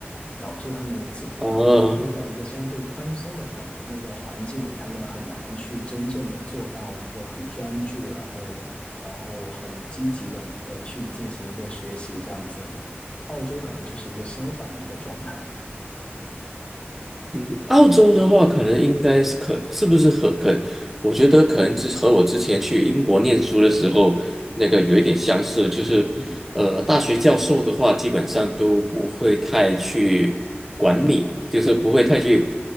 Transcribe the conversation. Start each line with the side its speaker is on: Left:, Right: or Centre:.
Left: 导致他们自啊、
Centre: 哦，
Left: 呃后在一个相对宽松的方那个环境里，他们很难去真正的做到一个很专注，然后然后很积极的的去进行一个学习这样子。澳洲可能就是一个相反的一个状态。
Centre: 嗯，澳洲的话，可能应该是可是不是和可，我觉得可能之和我之前去英国念书的时候那个有一点相似，就是呃，
Left: 嗯，
Centre: 大学教授的话，基本上都不会太去管你，就是不会太去，
Left: 是，